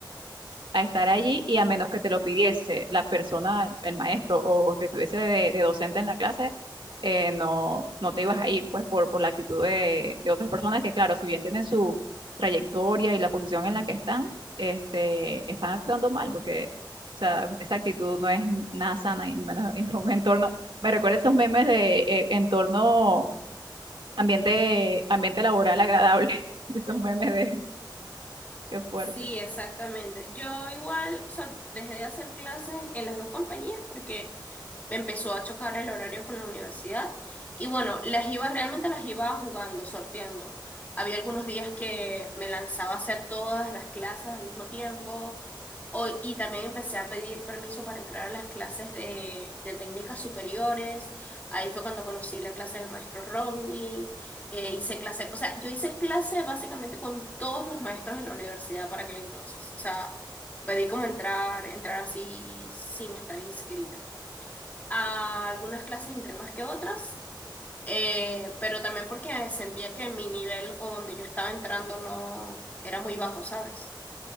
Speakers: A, on the right (about 80°); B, on the left (about 20°).
A: a estar allí y a menos que te lo pidiese la persona, el maestro o que estuviese de, de docente en la clase, eh, no, no te ibas a ir, pues por, por la actitud de, de otras personas que, claro, si bien tienen su trayectoria y la posición en la que están, este, están actuando mal porque... O sea, esa actitud no es nada sana y menos en un entorno. Me recuerda esos memes de eh, entorno ambiente, ambiente laboral agradable. <laughs> Esos
B: Mm.
A: memes de qué fuerte.
B: Sí, exactamente. Yo igual, o sea, dejé de hacer clases en las dos compañías porque me empezó a chocar el horario con la universidad y bueno, las iba, realmente las iba jugando, sorteando. Había algunos días que me lanzaba a hacer todas las clases al mismo tiempo o- y también empecé a pedir permiso para entrar a las clases de, de técnicas superiores. Ahí fue cuando conocí la clase del maestro Romney, eh, hice clase, o sea, yo hice clase básicamente con todos los maestros de la universidad para aquel entonces. O sea, pedí como entrar, entrar así sin estar inscrita a algunas clases entre más que otras, eh, pero también porque sentía que mi nivel o donde yo estaba entrando no era muy bajo, ¿sabes?